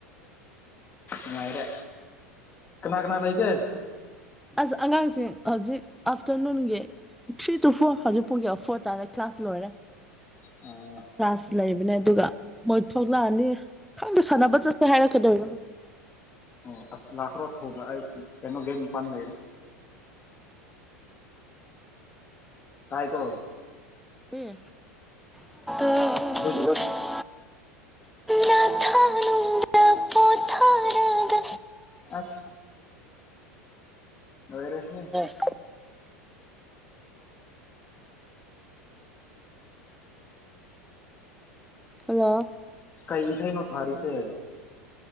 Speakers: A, on the left; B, in the centre.
A: ꯉꯔꯦ ꯀꯅꯥ ꯀꯅꯥ ꯂꯏ ꯀꯦ
B: ꯑꯁ ꯑꯉꯥꯡꯁꯤꯡ ꯍꯧꯖꯤꯛ ꯑꯥꯐꯇꯔꯅꯨꯟꯒꯤ ꯊ꯭ꯔꯤ ꯇꯨ ꯐꯣꯔ ꯍꯧꯖꯤꯛ ꯄꯨꯡ ꯀ ꯐꯣꯔ ꯇꯥꯔ ꯀ꯭ꯂꯥꯁ ꯂꯣꯏꯔꯦ
A: ꯑꯣ
B: ꯀ꯭ꯂꯥꯁ ꯂꯩꯕꯅꯦ ꯑꯗꯨꯒ ꯃꯣꯏ ꯊꯣꯛꯂꯛꯑꯅꯤ ꯈꯪꯗ ꯁꯥꯟꯅꯕ ꯆꯠꯁꯦ ꯍꯥꯏꯔꯛꯀꯗꯧꯣ
A: ꯑꯣ ꯑꯁ ꯂꯥꯛꯈ꯭ꯔꯣ ꯊꯨꯅ ꯑꯩ ꯀꯩꯅꯣ ꯒꯦꯠ ꯅꯤꯄꯥꯟ ꯂꯩꯔꯦ ꯇꯥꯏ ꯀꯣ
B: <inaudible>
A: ꯁ
B: ꯈ <inaudible> ꯅ ꯊꯅꯨ <inaudible> ꯄꯨꯣ ꯊꯥꯔꯒ
A: ꯑ <inaudible> ꯂꯣꯏꯔꯦꯁꯤ
B: ꯎꯝ ꯍꯜꯂꯣ
A: ꯀꯩ ꯏꯁ ꯅ ꯐꯥꯔꯤꯁꯦ